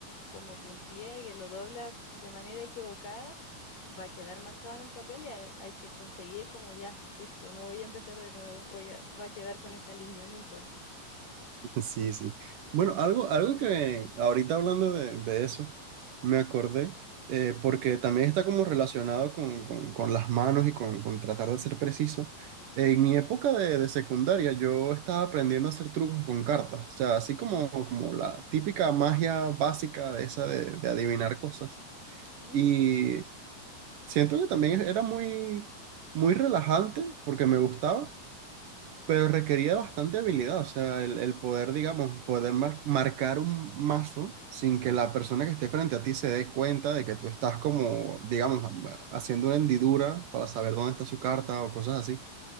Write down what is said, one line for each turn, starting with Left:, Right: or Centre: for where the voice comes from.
Left: como que un pliegue, lo doblas de manera equivocada, va a quedar marcado en el papel y hay, hay que conseguir como ya, listo, no voy a empezar de nuevo, voy a, va a quedar con esa línea, no importa.
Right: <laughs> Sí, sí. Bueno, algo, algo que ahorita hablando de, de eso, me acordé, eh, porque también está como relacionado con, con- con las manos y con, con tratar de ser preciso. En mi época de, de secundaria, yo estaba aprendiendo a hacer trucos con cartas, o sea, así como, como la típica magia básica de esa de, de adivinar cosas.
Left: Mm,
Right: Y siento que también era muy, muy relajante porque me gustaba. Pero requería bastante habilidad, o sea, el, el poder, digamos, poder mar- marcar un mazo sin que la persona que esté frente a ti se dé cuenta de que tú estás como, digamos, ha- haciendo una hendidura para saber dónde está su carta o cosas así.